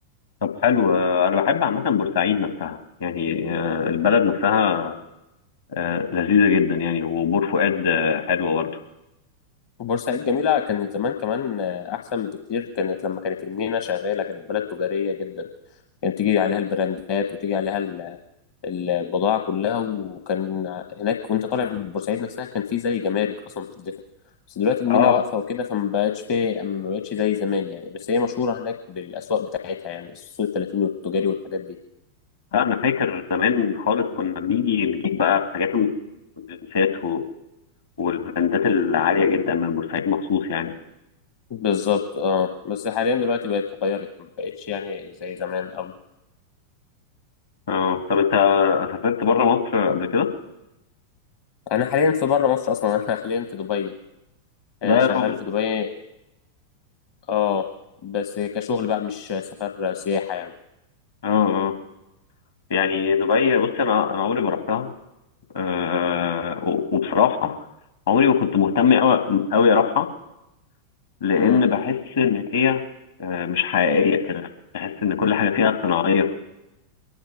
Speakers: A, on the left; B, on the left.
A: طب حلو آه، انا بحب عامه بورسعيد نفسها يعني آه، البلد نفسها آه، لذيذه جدا يعني وبور فؤاد آه، حلوه برضه
B: بورسعيد جميلة كانت زمان كمان آه، احسن بكتير كانت لما كانت المينا شغالة كانت بلد تجارية جدا كانت تيجي عليها البراندات وتيجي عليها البضاعة كلها وكان هناك وانت طالع من بورسعيد نفسها كان في زي جمارك اصلا بتدفع بس دلوقتي المينا
A: اه
B: واقفة وكده فما بقتش في ما بقتش زي زمان يعني بس هي مشهورة هناك بالاسواق بتاعتها يعني السوق التلاتين والتجاري والحاجات دي
A: لا، انا فاكر زمان خالص كنا بنيجي نجيب بقى حاجات المستلزمات و- والبراندات العاليه
B: <laughs>
A: جدا من بورسعيد مخصوص يعني
B: بالظبط اه بس حاليا دلوقتي بقت اتغيرت ما بقتش يعني زي زمان أوي
A: اه طب انت سافرت بره مصر قبل كده
B: انا حاليا في بره مصر اصلا <laughs> انا حاليا في دبي آه،
A: لا
B: شغال
A: يا راجل
B: في دبي اه بس كشغل بقى مش سفر سياحة
A: اه يعني دبي بص انا انا عمري ما رحتها أه و- وبصراحه عمري ما كنت مهتم قوي قوي اروحها لان
B: يعني
A: بحس ان هي آه، مش حقيقيه كده بحس ان كل حاجه فيها صناعيه